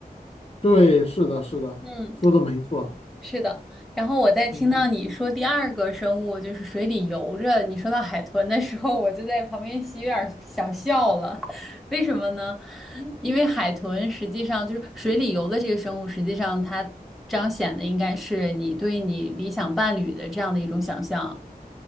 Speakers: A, on the left (about 40°); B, in the centre.
A: 对，是的，是的，
B: 嗯，
A: 说的没错。
B: 是的。然后我在听到你说第二个生物就是水里游着，
A: 嗯
B: 你说到海豚的时候，我就在旁边有点儿想笑了。<laughs> 为什么呢？因为海豚实际上就是水里游的这个生物，实际上它彰显的应该是你对你理想伴侣的这样的一种想象。